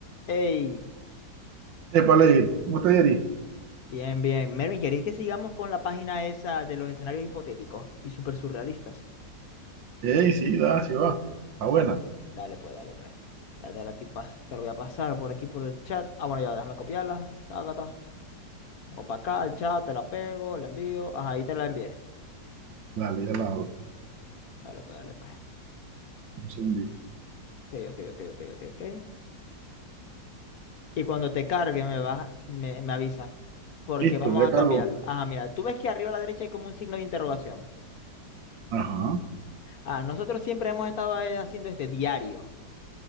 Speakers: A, on the left; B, on the right.
A: Hey,
B: Épale, ¿cómo está Yeri?
A: bien, bien. Mervin, ¿queréis que sigamos con la página esa de los escenarios hipotéticos y súper surrealistas?
B: Ey, sí, da, sí va. Está buena.
A: Dale, dale pues, dale pues. Ya te la, estoy pas- te la voy a pasar por aquí por el chat. Ah, bueno, ya, déjame copiarla. Taca, ta. Vengo para acá, al chat, te la pego, la envío. Ajá, ahí te la envié.
B: Dale, ya la abro.
A: Dale pues, dale pues.
B: Un segundito.
A: Ok, ok, ok, ok, ok, ok. Y cuando te cargue me vas, me, me avisas, porque
B: Listo,
A: vamos
B: ya
A: a
B: cargo.
A: cambiarlo. Ajá, mira, tú ves que arriba a la derecha hay como un signo de interrogación.
B: Ajá,
A: Ah, nosotros siempre hemos estado eh, haciendo este diario.